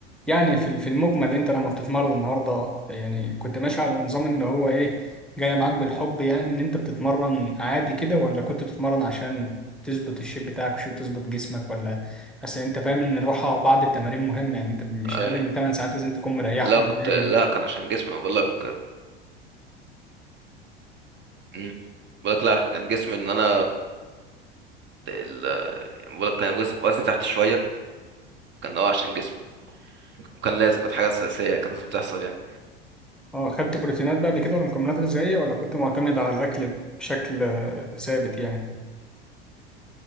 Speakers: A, in the centre; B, on the right (about 35°).
A: يعني في في المجمل انت لما بتتمرن النهارده يعني كنت ماشي على نظام ان هو ايه جاي معاك بالحب يعني ان انت بتتمرن عادي كده ولا كنت بتتمرن عشان تظبط الشيب بتاعك وشيب تظبط جسمك ولا اصل انت فاهم ان الراحه بعد التمارين مهمه يعني انت مش
B: أي.
A: اقل من 8 ساعات لازم تكون مريحهم
B: لا كنت
A: نايم
B: لا كان عشان جسمي بقول لك مم. بقول لك لا كان جسمي ان انا ال... بقول لك كان وز- وزني تحت شويه كان اه عشان جسمي وكان لازم كانت حاجه اساسيه يعني، كانت لازم تحصل يعني
A: اه خدت بروتينات بقى قبل كده ولا مكملات غذائيه ولا كنت معتمد على الاكل بشكل آه، ثابت يعني